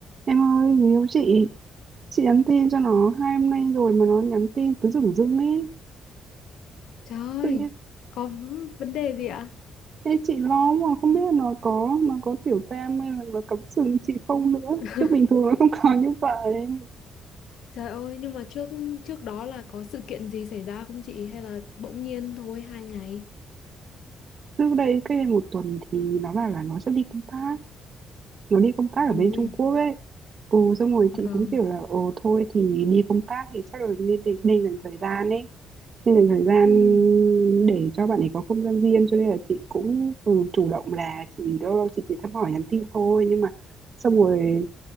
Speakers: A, on the right; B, on the left.
A: Em ơi, người yêu chị, chị nhắn tin cho nó hai hôm nay rồi mà nó nhắn tin cứ dửng dưng ấy.
B: Trời ơi,
A: Tự nhiên,
B: có v- vấn đề gì ạ?
A: em chị lo mà không biết là nó có, nó có tiểu tam hay là nó cắm sừng chị không nữa.
B: <laughs>
A: Chứ bình thường nó không <laughs> có như vậy.
B: Trời ơi, nhưng mà trước trước đó là có sự kiện gì xảy ra không chị? Hay là bỗng nhiên thôi hai ngày?
A: Trước đây, cách đây một tuần thì nó bảo là nó sẽ đi công tác, nó đi công tác
B: Ôi,
A: ở bên Trung Quốc ấy. Ồ, xong rồi chị
B: vâng.
A: cũng kiểu là, ồ thôi thì đi công tác thì chắc là nên, nên, nên dành thời gian ấy nên dành thời gian
B: Ừ,
A: để cho bạn ấy có không gian riêng cho nên là chị cũng ừ, chủ động là chị lâu lâu chị chỉ thăm hỏi nhắn tin thôi nhưng mà xong rồi